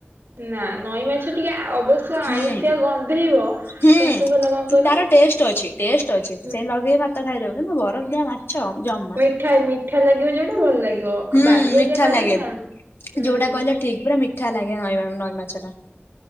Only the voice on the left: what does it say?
ହୁଁ
ହୁଁ
ତାର ଟେଷ୍ଟ
ଅଛି ଟେଷ୍ଟ ଅଛି
ସେ ଲଗେଇ ଭା ତ ଖାଇଦବ, କିନ୍ତୁ ବରଫ ଦିଆ ମାଛ ଜମ
ହୁଁ
ମିଠା
ଲାଗେ
ଯୋଉଟା କହିଲ ଠିକ ପୁରା ମିଠା ଲାଗେ ହଁ <unintelligible> ନଈ ମାଛଟା।